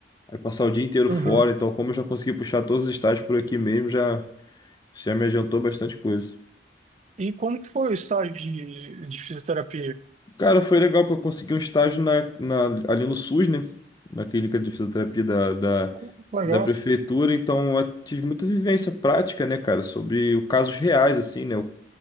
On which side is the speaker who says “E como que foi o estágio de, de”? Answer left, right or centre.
Right